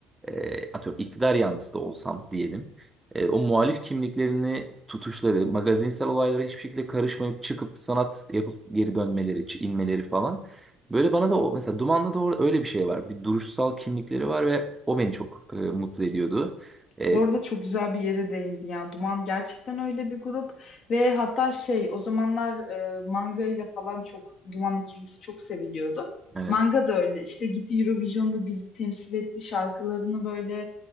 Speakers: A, on the right; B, on the left.
A: e, atıyorum iktidar yanlısı da olsam diyelim. E, o muhalif kimliklerini tutuşları, magazinsel olaylara hiçbir şekilde karışmayıp çıkıp sanat yapıp geri dönmeleri, ç- inmeleri falan. Böyle bana da o, mesela Duman'da da o- öyle bir şey var. Bir duruşsal kimlikleri var ve o beni çok e, mutlu ediyordu. E,
B: Bu arada çok güzel bir yere değindi ya. Duman gerçekten öyle bir grup ve hatta şey o zamanlar e, manga ile falan çok Duman ikilisi çok seviliyordu.
A: evet.
B: Manga da öyle işte gitti Eurovision'da bizi temsil etti şarkılarını böyle